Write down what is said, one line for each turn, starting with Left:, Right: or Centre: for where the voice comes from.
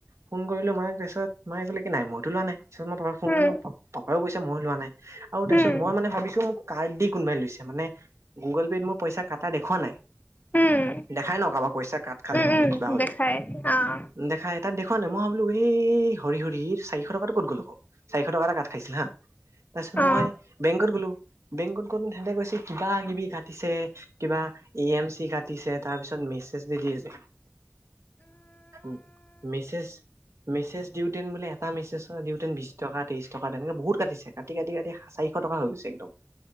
Right: ফোন কৰিলো মায়ে, তাৰপিছত মায়ে ক'লে কি নাই মইতো লোৱা নাই। তাৰপিছত মই পাপাক ফোন
Left: উম
Right: কৰিলো, পাপায়ো কৈছে মই লোৱা নাই, আৰু তাৰপিছত
Left: উম
Right: মই মানে ভাবিছোঁ মোক কাৰ্ড দি কোনোবাই লৈছে, মানে গুগল পে'ত মই পইচা কাটা দেখুওৱা নাই।
Left: উম
Right: দেখাই ন কাৰোবাৰ পইচা কাট খালে,
Left: উম
Right: নহ'লে
Left: উম
Right: কিবা হলে,
Left: দেখাই আহ
Right: দেখাই তাত দেখুওৱা নাই, মই ভাবিলো এই হৰি-হৰি এইটো চাৰিশ টকাটো ক'ত গ'ল আক? চাৰিশ টকা এটা কাট খাইছিল হা তাৰপিছত
Left: অ
Right: মই বেংকত গ'লো, বেংকত গ'লো সেহেতে কৈছে কিবা-কিবি কাটিছে, কিবা ই-এম-চি কাটিছে, তাৰ পিছত মেছেজ দি দিয়ে যে উম, মেছেজ-মেছেজ দিওঁতে বোলে এটা মেছেজ দিওঁতেন বিশ টকা ত্ৰিশ টকা তেনেকে বহুত কাটিছে কাটি-কাটি-কাটি চাৰিশ টকা হৈ গৈছে একদম